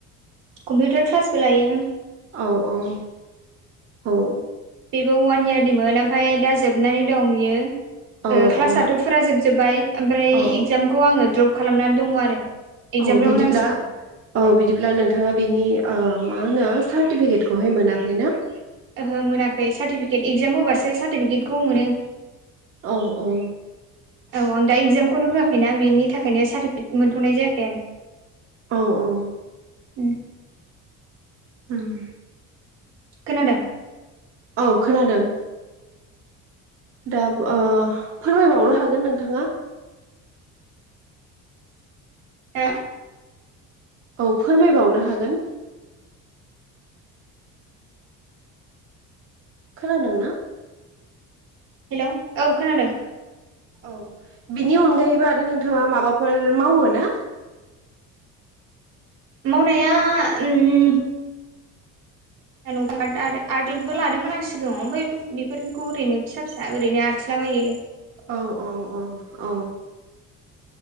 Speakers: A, on the right; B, on the right.
A: कम्पिउटार क्लासबो लायो।
B: औ औ औ
A: बेबो अवान इयारनिमोन ओमफ्राय दा जोबनानै दं बियो।
B: औ
A: क्लासाथ'
B: औ
A: फुरा जोबजोबबाय ओमफ्राय
B: औ
A: इगजामखौ आङो द्रप खालामनानै दङ आरो। इगजामल'
B: औ बिदिब्ला
A: होनांसिगौ
B: औ बिदिब्ला नोंथाङा बिनि मा होनो सार्टिफिकेटखौहाय मोनाखै ना?
A: ओहो मोनाखै सार्टिफिकेट इगजाम होबासो सार्टिफिकेटखौ मोनो।
B: औ औ
A: औ आं दा इगजामखौनो होआखैना बेनि थाखायनो सार्टिफिकेट मोनथ'नाय जायाखै आरो।
B: औ औ
A: <inaudible>
B: उम
A: खोनादों
B: औ खोनादों। दा फोरमायबावनो हागोन नोंथाङा।
A: खोनादोंना
B: औ फोरमायबावनो हागोन। खोनादों ना?
A: हेलौ औ खोनादों
B: औ बिनि अनगायैबो आरो नोंथाङा माबाफोर मावो ना?
A: मावनाया उम आदबो लादोंमोन आं सिगाङाव ओमफ्राय बेफोरखौ ओरैनो फिसा फिसा ओरैनो आखिला बायो।
B: औ औ औ औ